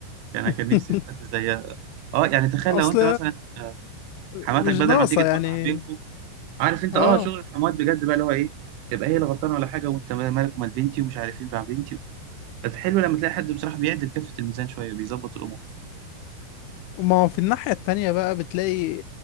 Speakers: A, on the right (about 80°); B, on the left (about 80°).
A: يعني
B: <laughs>
A: انا كان نفسي في حد زيها اه يعني تخيل
B: اصل
A: لو انت مثلا حماتك
B: مش
A: بدل
B: ناقصة
A: ما تيجي توقع
B: يعني
A: بينكم عارف انت
B: اه
A: اه شغل الحموات بجد بقى اللي هو ايه تبقى هي اللي غلطانه ولا حاجه وانت مالك ومال بنتي ومش عارف ايه مع بنتي حلو لما تلاقي حد بصراحه بيعدل كفه الميزان شويه بيظبط الامور
B: ما هو في الناحية التانية بقى بتلاقي